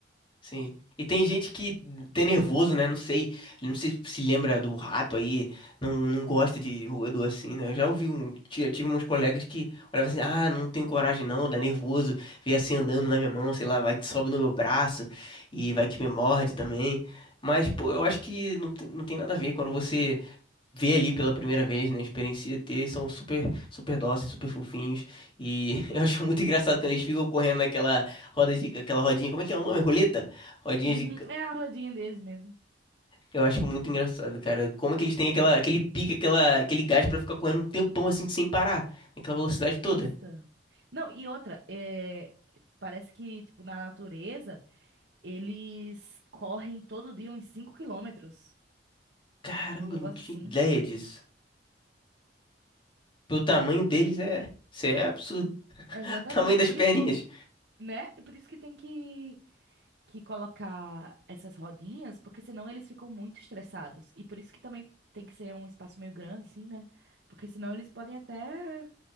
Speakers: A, on the left; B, on the right.
A: Sim. E tem gente que tem nervoso, né? Não sei, ele não se, se lembra do rato aí, não, não gosta de roedor assim, né? Eu já ouvi um, ti- tive uns colegas que olhavam assim, ah, não tenho coragem não, dá nervoso, vem assim andando na minha mão, sei lá, vai que sobe no meu braço e vai que me morde também. Mas, pô, eu acho que não tem, não tem nada a ver quando você vê ali pela primeira vez, né? Experiencia ter, são super, super dóceis, super fofinhos. E <laughs> eu acho muito engraçado quando eles ficam correndo naquela roda, gi- aquela rodinha, como é que é o nome? Roleta? Rodinha
B: Uhum,
A: de...
B: é a rodinha deles mesmo.
A: Eu acho muito engraçado, cara. Como é que eles têm aquela, aquele pique, aquela, aquele gás pra ficar correndo um tempão assim sem parar, naquela velocidade toda.
B: Nossa. Não, e outra, é, parece que, tipo, na natureza. Eles correm todo dia uns 5 quilômetros.
A: Caramba,
B: Um negócio
A: eu não tinha
B: assim.
A: ideia disso. Pelo tamanho deles é, isso é absurdo. <laughs>
B: Exatamente.
A: O tamanho das
B: Por
A: perninhas.
B: isso que tem que, né? E Por isso que tem que, que colocar essas rodinhas, porque senão eles ficam muito estressados. E por isso que também tem que ser um espaço meio grande, assim, né? Porque senão eles podem até